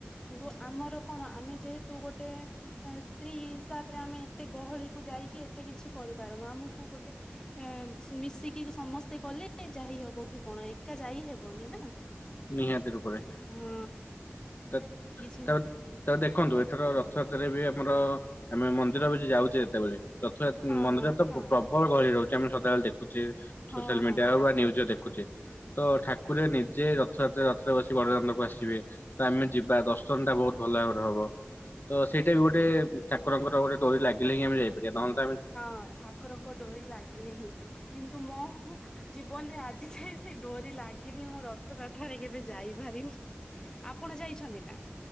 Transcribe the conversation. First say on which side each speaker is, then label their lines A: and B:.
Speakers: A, on the left; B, on the left.
A: କିନ୍ତୁ ଆମର କଣ ଆମେ ଯେହେତୁ ଗୋଟେ ଏ-ସ୍ତ୍ରୀ ତାପରେ ଆମେ ଏତେ ଗହଳି କୁ ଯାଇକି ଏତେ କିଛି କରିପାରୁନୁ ଆମକୁ ଗୋଟେ ଏ ମିଶିକି ସମସ୍ତେ କଲେ ଯା ହେ ଇ ହବ କି କଣ ଏକା ଯାଇ ହେବନି ନା।
B: ନିହାତି ରୂପରେ।
A: ହଁ
B: ତେ
A: କିଛି
B: ତେବେ ତେବେ ଦେଖନ୍ତୁ ଏଥର ରଥଯାତ୍ ରେ ବି ଆମର ଆମେ ମନ୍ଦିର ବି ଯାଉଚେ ଯେତେବେଳେ ରଥ ଯା
A: ହଁ
B: ମନ୍ଦିରରେ
A: ହଁ
B: ତ
A: ହଁ
B: ପ୍ରବଳ ଗହଳି ରହୁଚି। ଆମେ ସଦାବେଳେ ଦେଖୁଚେ
A: ହଁ
B: ସୋସିଆଲ
A: ହଁ
B: ମିଡିଆ ହୋଉ ବା ନ୍ୟୁଜରେ ଦେଖୁଚେ ତ ଠାକୁରେ ନିଜେ ର ରଥଯାତ୍ରା ରଥରେ ବସି ବଡଦାଣ୍ଡକୁ ଆସିବେ ତ ଆମେ ଯିବା ଦର୍ଶନଟା ବୋହୁତ ଭଲ ଭାବରେ ହବ। ତ ସେଇଟା ବି ଗୋଟେ
A: ହଁ।
B: ଠାକୁରଙ୍କର ଗୋଟେ ଡୋରି ଲାଗିଲେ ହିଁ ଆମେ ଯାଇପାରିବା ନହେନ
A: ହଁ ଠାକୁରଙ୍କ ଡୋରି ଲାଗିଲେ ହିଁ କିନ୍ ତୁ ମୋ ଜୀବନରେ ଆଜି ଯାଏ ସେ ଡୋରି ଲାଗିନି ମୁଁ ରଥଯାତ୍ରାରେ କେବେ ଯାଇପାରିନି। ଆପଣ ଯାଇଛନ୍ତି ନା?